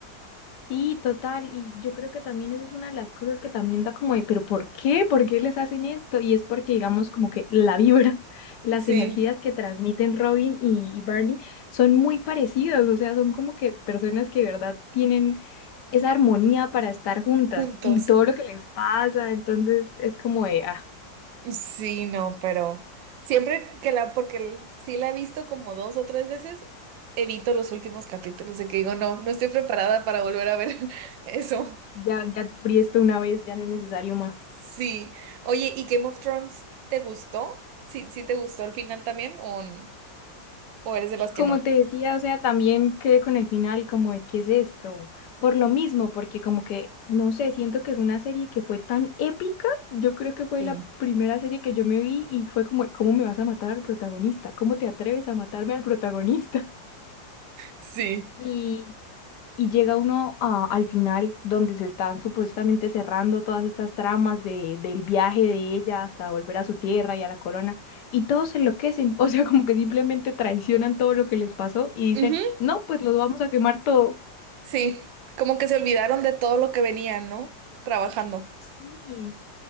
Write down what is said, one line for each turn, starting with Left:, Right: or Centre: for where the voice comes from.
Left: Sí, total, y yo creo que también eso es una de las cosas que también da como de, pero ¿por qué? ¿Por qué les hacen esto? Y es porque, digamos, como que la <laughs> vibra, las
Right: Sí.
Left: energías que transmiten Robin y, y Barney son muy parecidas, o sea, son como que personas que de verdad tienen esa armonía para estar juntas
Right: juntos.
Left: y todo lo que les pasa, entonces es como de, ah,
Right: Sí, no, pero siempre que la, porque el- sí la he visto como dos o tres veces, evito los últimos capítulos de que digo, no, no estoy preparada para volver a ver <laughs> eso.
Left: ya, ya sufrí esto una vez, ya no es necesario más.
Right: Sí. Oye, ¿y Game of Thrones te gustó? ¿Sí, sí te gustó el final también o, n- o eres de las que
Left: Como
Right: no?
Left: te decía, o sea, también quedé con el final como de qué es esto, por lo mismo, porque como que, no sé, siento que es una serie que fue tan épica, yo creo que fue
Right: sí
Left: la primera serie que yo me vi y fue como, ¿cómo me vas a matar al protagonista? ¿Cómo te atreves a matarme al protagonista?
Right: Sí.
Left: <laughs> y y llega uno a- al final donde se están supuestamente cerrando todas estas tramas de, del viaje de ella hasta volver a su tierra y a la corona, y todos se enloquecen, <laughs> o sea, como que simplemente traicionan todo lo que les pasó y dicen,
Right: Ujú,
Left: no, pues los vamos a quemar todo.
Right: Sí, como que se olvidaron de todo lo que venían, ¿no? Trabajando.
Left: Sí.